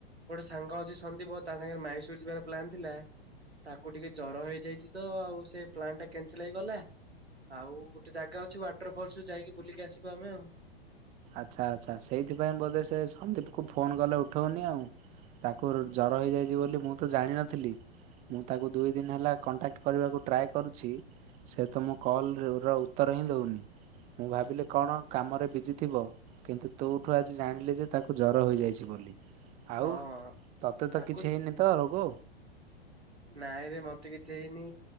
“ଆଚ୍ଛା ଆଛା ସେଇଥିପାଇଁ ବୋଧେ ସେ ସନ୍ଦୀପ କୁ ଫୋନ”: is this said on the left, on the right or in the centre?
Right